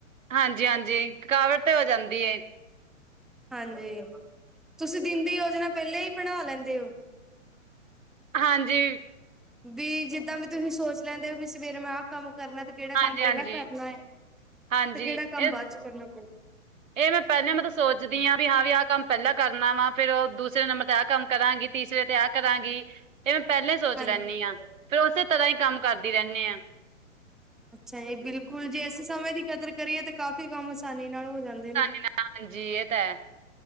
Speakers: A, on the right; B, in the centre.
A: ਹਾਂਜੀ-ਹਾਂਜੀ, ਥਕਾਵਟ ਤੇ ਹੋ ਜਾਂਦੀ ਏ।
B: ਹਾਂਜੀ, ਤੁਸੀਂ ਦਿਨ ਦੀ ਯੋਜਨਾ ਪਹਿਲਾਂ ਹੀ ਬਣਾ ਲੈਂਦੇ ਹੋ।
A: ਹਾਂਜੀ।
B: ਵੀ ਜਿੱਦਾਂ ਵੀ ਤੁਸੀਂ ਸੋਚ ਲੈਂਦੇ ਹੋ ਵੀ ਸਵੇਰੇ ਮੈਂ ਆਹ ਕੰਮ ਕਰਨਾ ਤੇ। ਕਿਹੜਾ
A: ਹਾਂਜੀ
B: ਕੰਮ
A: ਹਾਂਜੀ
B: ਪਹਿਲਾਂ ਕਰਨਾ ਹੈ,
A: ਹਾਂਜੀ
B: ਤੇ ਕਿਹੜਾ ਕੰਮ
A: ਇਹ
B: ਬਾਅਦ ਚ ਕਰਨਾ ਪਦਾ
A: ਇਹ ਮੈਂ ਪਹਿਲਾਂ ਮੈਂ ਤਾਂ ਸੋਚਦੀ ਹਾਂ ਵੀ, ਹਾਂ ਵੀ ਆਹ ਕੰਮ ਪਹਿਲਾਂ ਕਰਨਾ ਵਾ, ਫੇਰ ਉਹ ਦੂਸਰੇ ਨੰਬਰ ਤੇ ਆਹ ਕੰਮ ਕਰਾਂਗੀ। ਤੀਸਰੇ ਤੇ ਆਹ ਕਰਾਂਗੀ, ਇਹ ਮੈਂ ਪਹਿਲਾਂ ਹੀ ਸੋਚ
B: ਹਾਂਜੀ
A: ਲੈਂਦੀ ਹਾਂ, ਫੇਰ ਉਸੇ ਤਰ੍ਹਾਂ ਹੀ ਕੰਮ ਕਰਦੀ ਰਹਿੰਦੇ ਹਾਂ।
B: ਅੱਛਾ ਜੀ ਬਿਲਕੁਲ ਜੇ ਇਸ ਸਮੇਂ ਦੀ ਕਦਰ ਕਰੀਏ ਤਾਂ, ਕਾਫ਼ੀ ਕੰਮ ਆਸਾਨੀ ਨਾਲ ਹੋ ਜਾਂਦਾ।
A: ਨ ਹਾਂਜੀ, ਇਹ ਤਾਂ ਹੈ।